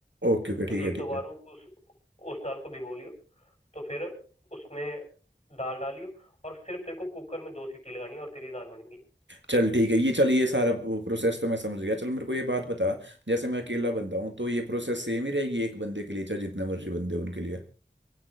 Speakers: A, on the right; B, on the left.
A: ओके ओके
B: तो
A: ठीक है
B: एक दो
A: ठीक
B: बार
A: है
B: उस उस दाल को भिगो लियो तो फिर उसमें दाल डालियो और सिर्फ तेरे को कुकर में दो सीटी लगानी है और तेरी दाल बनेगी
A: चल ठीक है ये चल ये सारा प्रोसेस तो मैं समझ गया चल मेरे को ये बात बता जैसे मैं अकेला बंदा हूँ तो ये प्रोसेस सेम ही रहेगी एक बंदे के लिए चाहे जितने मर्जी बंदे हों उनके लिए